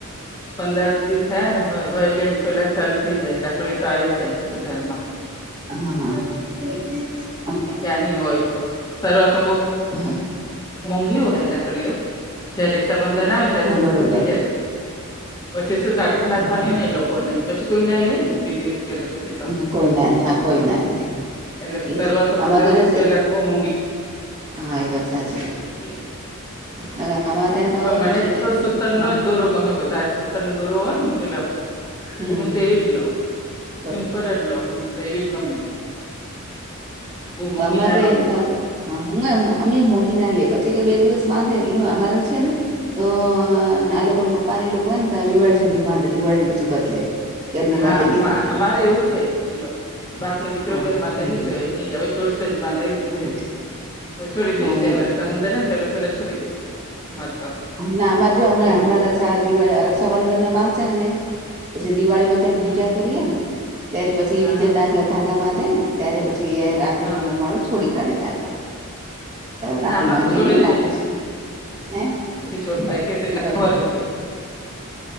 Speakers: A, on the left; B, on the right.
A: પંદર દિવ થાય ને હોય એટલે પેલા જ ચાલુ થઈ જાય રાખડીઓ તો આવી જાય બજારમાં
B: હા હા
A: ક્યાંની હોય તો શરૂઆતમાં બ
B: <unintelligible>
A: મોંઘી હોય રાખડીઓ જયારે સંબંધ ના હો ત્યારે
B: હા બરોબર
A: સસ્તી થઈ જાય થોડી પછી શું કાઢી નાખવાની
B: હા
A: હોય ને લોકો ને પછી કોઈ ના લે ન બી દિવસ <unintelligible>
B: હ કોઈ ના હા કોઈ ના
A: એટલે
B: એજ
A: શરૂઆત
B: અમારે
A: પંદર
B: તો બસ
A: દિવસ પહેલા તો બહુ મોંઘી
B: હા એ વાત સાચી
A: એટલે
B: હા અમારે ત્યાં તો
A: હ પણ મને
B: પછી
A: તો સ સુતનનોો
B: હા
A: જ દોરો ગમે વધારે સૂતર ને દોરો હોય ને પેલા
B: હમ
A: હું તોવી જ લોઉ
B: બરોબર
A: સિમ્પલ જ લોઉ તે એવી જ ગમે બહ મઘીને
B: અમારે
A: લબું
B: એમ તા
A: તો
B: હા હુંમ અમે મોંઘી ના લે પછી કે બે દિવસ બાંધે એટલે અમારે છે ને તો આ લોકો પપ્પા લોકો હોય ને ત દિવાળી સુધી બાંધે દિવાળી ને પછી બદલે ત્યાં સુધી
A: હા
B: બાંધેલી રાખે
A: અમારે એવું જ છે બાપ ને દીકરો
B: હા
A: ભાઈ બાંધેલી
B: હમ
A: જો એમ હવે છોડસે જ બાંધેલી
B: હમ
A: છોડી
B: હા
A: દેશેરે
B: એ
A: સમદરને પેલા પેલા છોડી દે મારે તો
B: ના અમારે જો હં
A: એવું
B: હમણાંા
A: હોય
B: રક્ષાબંધન બાંધશે ને ને પછી દિવાળીમાં મે
A: હમ
B: પૂજા કરીએ ને ત્યારે પછી
A: હા
B: બીજા ધાાગા બાંધે ને ત્યારે પછી આખરી
A: હા
B: પૂ ન માળો છોડી કાઢી દા લાકડી
A: ના આમાં
B: બાંધી
A: તો છોડે
B: લાકડી હે.
A: છોટતા કે.
B: બસ.
A: કે
B: <unintelligible>